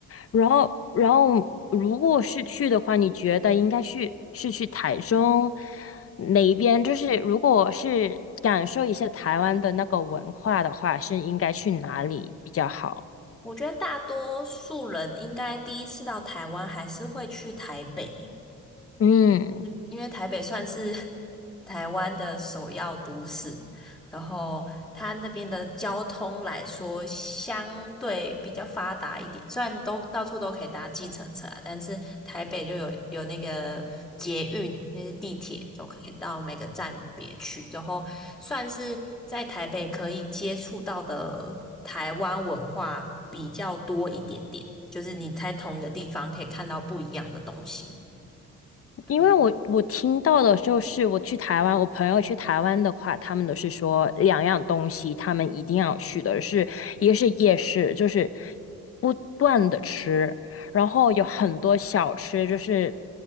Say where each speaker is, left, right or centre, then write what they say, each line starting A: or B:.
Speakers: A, on the left; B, on the left.
A: 然后，然后如果是去的话，你觉得应该去是去台中哪一边？就是如果是感受一下台湾的那个文化的话，是应该去哪里比较好？
B: 我觉得大多数人应该第一次到台湾还是会去台北，
A: 嗯。
B: 嗯，因为台北算是 <laughs> 台湾的首要都市，然后它那边的交通来说相对比较发达一点，虽然都到处都可以搭计程车啊，但是台北就有有那个捷运，那是地铁，就可以到每个站别去，然后算是在台北可以接触到的台湾文化比较多一点点，就是你在同一个地方可以看到不一样的东西。对。
A: 因为我我听到的就是我去台湾，我朋友去台湾的话，他们都是说两样东西，他们一定要去的是，一个是夜市，就是不断的吃，然后有很多小吃，就是